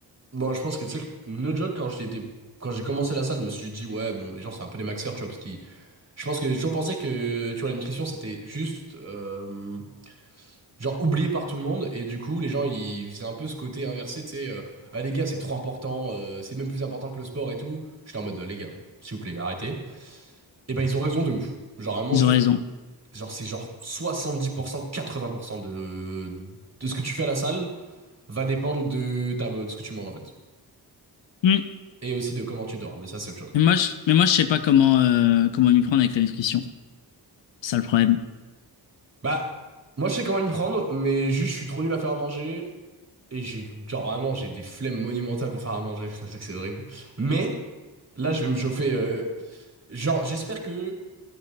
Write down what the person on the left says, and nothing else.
Ils
ont raison.
Hmm.
Mais moi, je, mais moi, je sais pas comment, euh, comment m'y prendre avec la nutrition. C'est ça le problème.